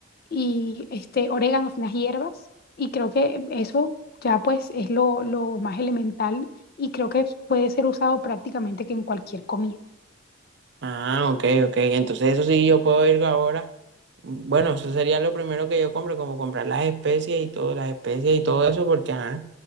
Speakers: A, on the left (about 45°); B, on the right (about 55°).
A: y este orégano, finas hierbas. Y creo que eso ya pues es lo, lo más elemental y creo que puede ser usado prácticamente que en cualquier comida.
B: Ah, ok, ok. Entonces eso sí, yo puedo ir ahora. Bueno, eso sería lo primero que yo compre, como comprar las especies y todo, las especies y todo eso, porque ajá,